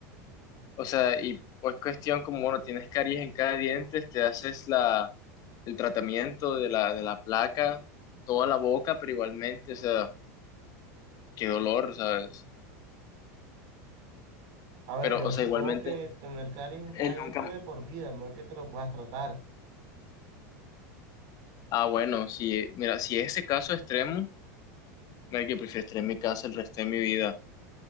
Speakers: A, on the left; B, on the right.
A: o sea, y o es cuestión como, bueno, tienes caries en cada diente, te haces la, el tratamiento de la, de la placa, toda la boca, pero igualmente, o sea, qué dolor, ¿sabes?
B: A ver,
A: Pero,
B: yo
A: o
B: supongo
A: sea, igualmente,
B: que tener caries en cada
A: él
B: diente
A: nunca...
B: de por vida, no es que te lo puedas tratar.
A: Ah, bueno, si, mira, si es ese caso extremo, que prefiero estar en mi casa el resto de mi vida.